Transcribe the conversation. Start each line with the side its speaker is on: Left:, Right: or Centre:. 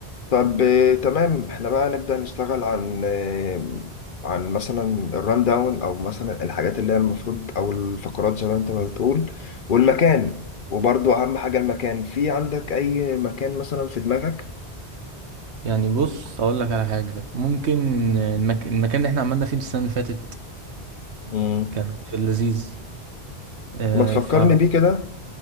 Left: طب آه، تمام احنا بقى نبدأ نشتغل عن آه، عن مثلا الران داون او مثلا الحاجات اللي هي المفروض او الفقرات زي ما انت ما بتقول والمكان وبرضه اهم حاجة المكان في عندك اي مكان مثلا في دماغك
Right: يعني بص اقول لك على حاجه ممكن المك... المكان اللي احنا عملنا فيه السنه اللي فاتت
Left: امم
Right: كان في اللذيذ آه
Left: ما تفكرني
Right: ف
Left: بيه كده